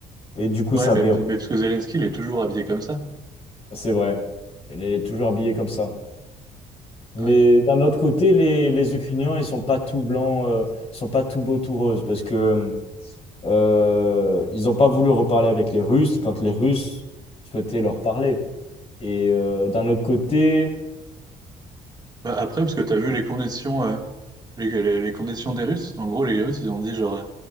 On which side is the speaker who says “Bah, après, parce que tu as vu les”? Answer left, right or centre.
Right